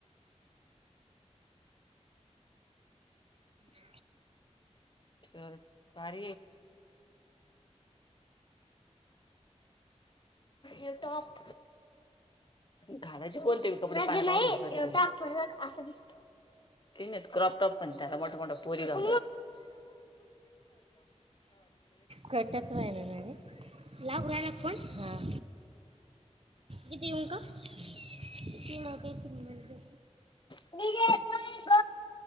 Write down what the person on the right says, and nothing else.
अ
घटत्व आहे नाणारे लाव रायला फोन हां कती का त ते हो